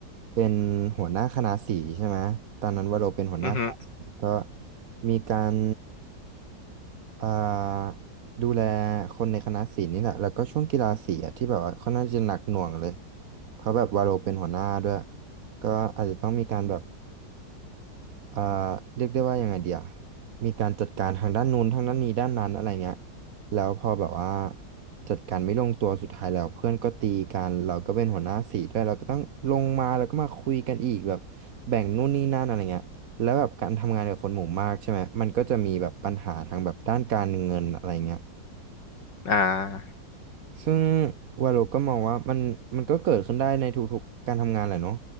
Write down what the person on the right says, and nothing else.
เป็นหัวหน้าคณะสีใช่ไหมตอนนั้นวาโลเป็นหัวหน้าคณะสีก็
มีการอ่าดูแลคนในคณะสีนี่แหละแล้วก็ช่วงกีฬาสีอะที่แบบว่าค่อนข้างจะหนักหน่วงเลยเพราะแบบวาโลเป็นหัวหน้าด้วยก็อาจจะต้องมีการแบบ อ่าเรียกได้ว่ายังไงเดียมีการจัดการทางด้านนู้นทางด้านนี้ด้านนั้นอะไรเงี้ยแล้วพอแบบว่าจัดการไม่ลงตัวสุดท้ายแล้วเพื่อนก็ตีกันเราก็เป็นหัวหน้าสีด้วยเราก็ต้องลงมาแล้วก็มาคุยกันอีกแบบแบ่งนู่นนี่นั่นอะไรเงี้ยแล้วแบบการทำงานกับคนหมู่มากใช่ไหมมันก็จะมีแบบปัญหาทางแบบด้านการเงินอะไรเงี้ย
ซึ่งวาโลก็มองว่ามันมันก็เกิดขึ้นได้ในทุกๆการทำงานแหละเนาะ